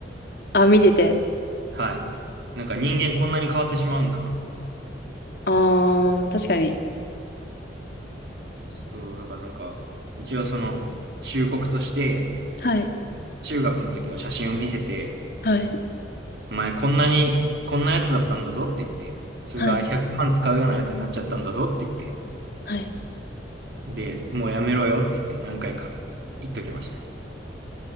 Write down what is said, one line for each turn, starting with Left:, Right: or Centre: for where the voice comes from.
Left: あ、見てて。
Right: はい。なんか人間こんなに変わってしまうんだなと思って。
Left: ああ、確かに。
Right: そう、だからなんか、一応その、忠告として、
Left: はい、
Right: 中学の時の写真を見せて、
Left: はい、
Right: お前こんなに、こんなやつだったんだぞって言って、それが100万使うようなやつになっちゃったんだぞって言って、
Left: はい、はい。
Right: で、もうやめろよって言って何回か言っときましたね。